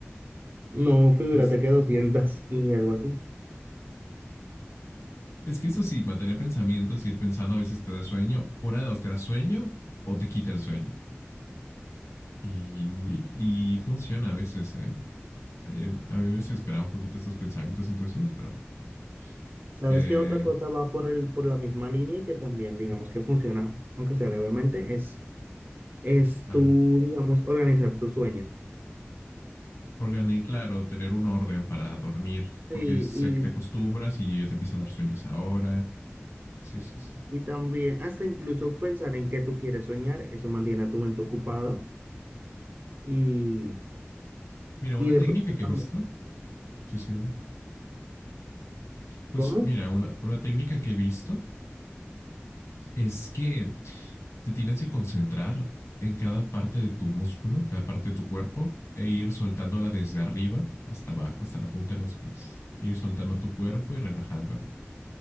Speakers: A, on the right (about 45°); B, on the left (about 85°).
A: no, figúrate
B: Pues
A: que 200 <laughs> y algo así.
B: es que eso sí, mantener pensamientos, ir pensando, a veces te da sueño. Una de dos, te da sueño o te quita el sueño. Y, y funciona a veces, ¿eh? Eh, a mí me desesperaba un poquito estos pensamientos intrusivos, pero bueno.
A: ¿Sabes
B: Eh,
A: qué otra cosa va por el, por la misma línea y que también digamos que funciona, aunque sea levemente, es, es
B: ajá.
A: tú, digamos, organizar tu sueño.
B: Organi, claro, tener un orden para dormir,
A: Sí,
B: porque se-
A: y,
B: te acostumbras y ya te empieza a dar sueños ahora. Sí, sí, sí.
A: y también hasta incluso pensar en qué tú quieres soñar, eso mantiene a tu mente ocupada y,
B: Mira, una
A: y de
B: técnica
A: pronto
B: que
A: también,
B: he visto. Sí, sí. Pues
A: ¿cómo?
B: mira, una, una técnica que he visto es que te tienes que concentrar en cada parte de tu músculo, cada parte de tu cuerpo, e ir soltándola desde arriba hasta abajo, hasta la punta de los pies. Ir soltando tu cuerpo y relajándolo.